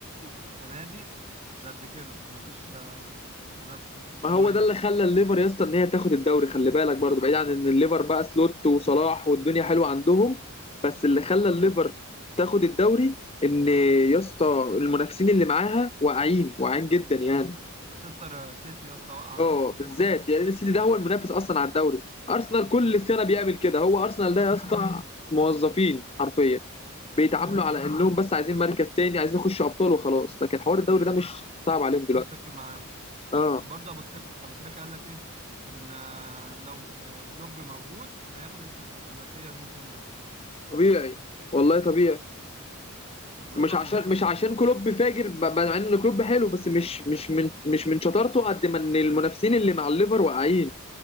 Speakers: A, on the right; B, on the left.
A: السنة دي مش قد كده مفيش آه، منافسة
B: ما
A: قوية
B: هو ده اللي
A: يعني
B: خلى الليفر يا اسطى ان هي تاخد الدوري خلي بالك برضه
A: في الدوري،
B: بعيد عن
A: آه.
B: ان الليفر بقى سلوت وصلاح والدنيا حلوه عندهم بس اللي
A: آه.
B: خلى الليفر تاخد الدوري ان يا اسطى المنافسين اللي معاها واعيين واعيين جدا يعني
A: مانشستر سيتي يا اسطى وقع
B: اه
A: الموسم
B: بالذات
A: ده
B: يعني السيتي ده هو المنافس اصلا على الدوري ارسنال كل سنه بيعمل كده هو ارسنال ده
A: بيعمل
B: يا اسطى
A: كده
B: موظفين حرفيا
A: ده
B: بيتعاملوا
A: حقيقة فعلا
B: على انهم بس عايزين مركز تاني عايزين يخشوا ابطال وخلاص لكن حوار الدوري
A: بس
B: ده مش صعب عليهم
A: مش
B: دلوقتي
A: فاكر معاهم
B: اه
A: برضه ابو تريكه ابو تريكه قال لك ايه ان آه، لو آه، كلوب موجود كان هياخد الس- الثلاثيه الموسم ده
B: طبيعي والله طبيعي
A: وبيقول
B: مش
A: لك
B: عشان
A: ان سلوت
B: مش عشان كلوب فاجر ب- ب- مع ان كلوب حلو بس مش مش من مش من شطارته قد ما ان المنافسين اللي مع الليفر واقعين